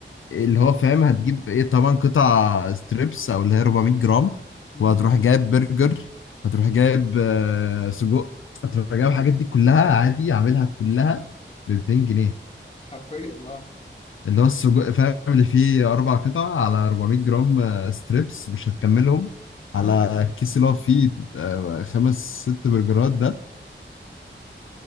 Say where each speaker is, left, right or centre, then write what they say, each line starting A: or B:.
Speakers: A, on the left (about 85°); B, on the left (about 35°).
A: اللي هو فاهم هتجيب ايه طبعا قطع ستريبس او اللي هي 400 جرام
B: م-
A: وهتروح
B: م.
A: جايب برجر هتروح جايب آه، سجق هتروح جايب الحاجات دي كلها عادي عاملها كلها ب 200 جنيه
B: حرفيا اه
A: اللي هو السجق فاهم اللي فيه اربع قطع على 400 جرام آه، ستريبس مش هتكملهم
B: م-
A: على
B: م.
A: الكيس اللي هو فيه آه، خمس ست برجرات ده